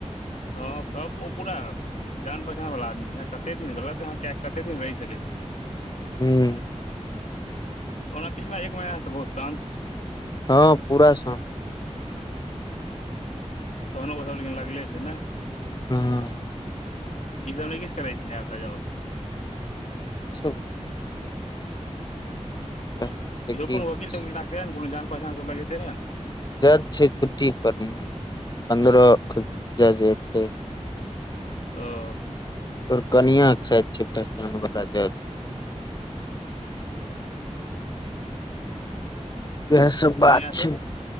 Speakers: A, on the left; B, on the left.
A: हँ सब ओ पूरा जान पहचान वला आदमी छै कते दिन गलत अहाँ कै कते दिन रहि सकैत छी
B: हूँ
A: ओना पिछला एक महिनासँ त बहुत शान्त छै
B: हँ पूरा सँ
A: तहनो ओसब लेकिन लागले छै ने
B: हँ ई
A: ई सब नय किछ करे छै ने नया ताजा अ
B: अच्छा <inaudible> एकरा सब के की
A: यो अपन
B: होइ
A: वकील तकिल राखतेै ने कोनो जान पहचान सब लगेतै रहै न
B: जज छै छुट्टी पर मे पन्द्रह के जज एतै
A: औ
B: ओकर कनिया के साइज छै पहचान वाला जच इएह सब बात
A: कनिया
B: छै
A: से